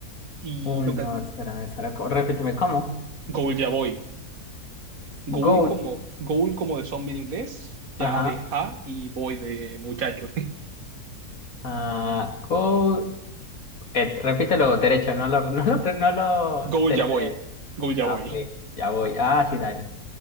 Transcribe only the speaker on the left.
Uy,
no,
espérame, espera, co- repíteme, ¿cómo?
Gold,
ajá,
ah, gold, eh, repítelo derecho, no lo, <laughs> no lo, no lo
deletrees.
Ah,
ok, ya voy, ah, sí, dale,